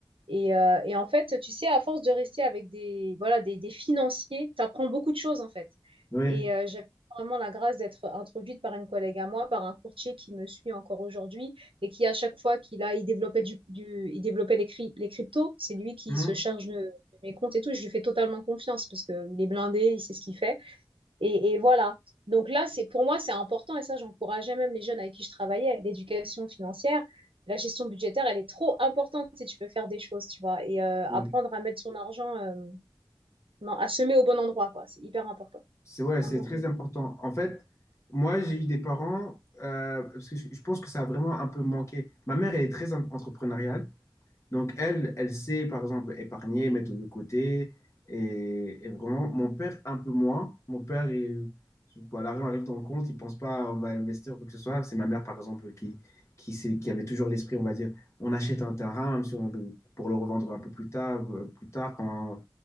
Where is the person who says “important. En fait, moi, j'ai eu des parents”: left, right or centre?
Left